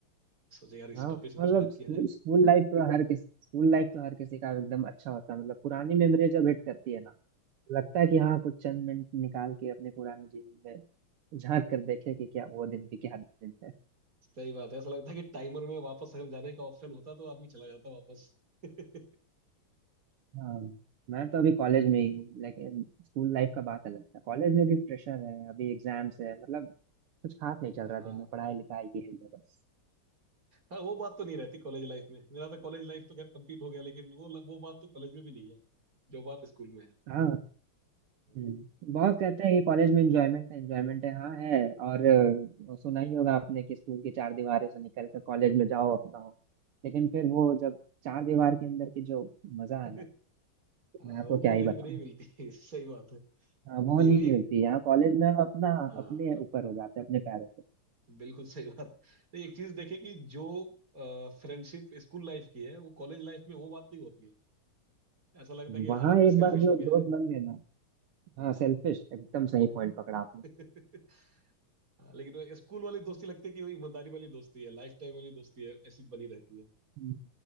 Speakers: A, on the right (about 40°); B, on the right (about 80°).
A: सोचे यार इसी
B: हाँ
A: टॉपिक से कुछ
B: मतलब
A: बात
B: स्कूल
A: किया जाए
B: स्कूल लाइफ तो हर किस स्कूल लाइफ तो हर किसी का एकदम अच्छा होता है मतलब पुरानी मेमोरी जब हिट करती है ना लगता है कि हाँ कुछ चंद मिनट निकाल के अपने पुराने जीवन में झांक कर देखे कि क्या वो दिन भी क्या दिन थे
A: सही बात है ऐसा लगता है कि टाइमर में वापस अगर जाने का ऑप्शन होता तो आदमी चला जाता वापस <laughs>
B: हाँ मैं तो अभी कॉलेज में ही हूँ लेकिन स्कूल लाइफ का बात अलग था कॉलेज में भी प्रेशर है अभी एग्जाम्स है मतलब कुछ खास नहीं चल रहा
A: हाँ
B: दिन में पढ़ाई लिखाई ये है वो बस
A: हाँ वो बात तो नहीं रहती कॉलेज लाइफ में मेरा तो कॉलेज लाइफ तो खैर कंप्लीट हो गया लेकिन वो वो बात तो कॉलेज में भी नहीं है जो बात स्कूल में है
B: हाँ
A: हम्म।
B: हम्म। बहुत कहते हैं कि कॉलेज में एंजॉयमेंट है एंजॉयमेंट है हाँ है और अ, सुना ही होगा आपने कि स्कूल की चार दीवारों से निकल कर कॉलेज में जाओ अपना हो लेकिन फिर वो जब चार दीवार के अंदर की जो मजा
A: <laughs>
B: है ना
A: हाँ
B: मैं आपको
A: वो कॉलेज
B: क्या ही बताऊं
A: में नहीं मिलती <laughs> सही बात है
B: हाँ,
A: नहीं
B: वो नहीं मिलती
A: एक
B: यहाँ कॉलेज में हम अपना
A: हाँ
B: अपने ऊपर हो जाते हैं अपने पैरों पे
A: बिल्कुल सही बात है नहीं एक चीज देखे कि जो फ्रेंडशिप स्कूल लाइफ की है वो कॉलेज लाइफ में वो बात नहीं होती है ऐसा लगता है कि
B: वहाँ
A: हर आदमी
B: एक
A: सेल्फिश
B: बार जो
A: हो गया
B: दोस्त
A: है
B: बन गए ना
A: हाँ
B: हाँ सेल्फिश एकदम सही पॉइंट पकड़ा आपने
A: <laughs> हाँ, लेकिन स्कूल वाली दोस्ती लगती है कि वही ईमानदारी वाली दोस्ती है लाइफ टाइम वाली दोस्ती है ऐसी बनी रहती है
B: हम्म।